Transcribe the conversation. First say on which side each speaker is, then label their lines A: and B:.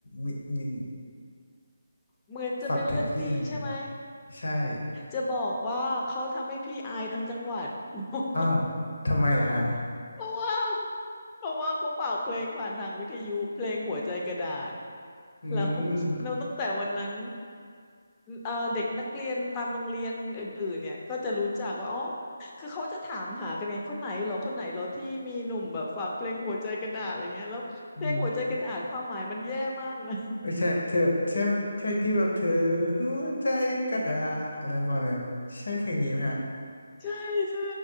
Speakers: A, on the left; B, on the left.
A: มิมิน
B: เหมือนจะเป็นเรื่องดีใช่ไหม
A: ฝากถึงพี่ไงฮะใช่
B: จะบอกว่าเขาทำให้พี่อายทั้งจังหวัด <laughs>
A: อ้าวทำไมล่ะฮะ
B: เพราะว่าเพราะว่าเขาฝากเพลงผ่านทางวิทยุเพลงหัวใจกระดาษ
A: อืม
B: แล้วแล้วตั้งแต่วันนั้นเอ่อเด็กนักเรียนตามโรงเรียนอื่นๆเนี่ยก็จะรู้จักว่าอ๋อคือเขาจะถามหากันไงคนไหนเหรอคนไหนเหรอที่มีหนุ่มแบบฝากเพลงหัวใจกระดาษอะไรเงี้ยแล้วเพลงหัวใจกระดาษความหมายมันแย่มากนะ
A: อืมไม่ใช่เธอใช่ใช่ที่แบบเธอหัวใจกระดาษอะไรประมาณนั้นใช่เพลงนี้ไหมฮะ
B: <laughs> ใช่ใช่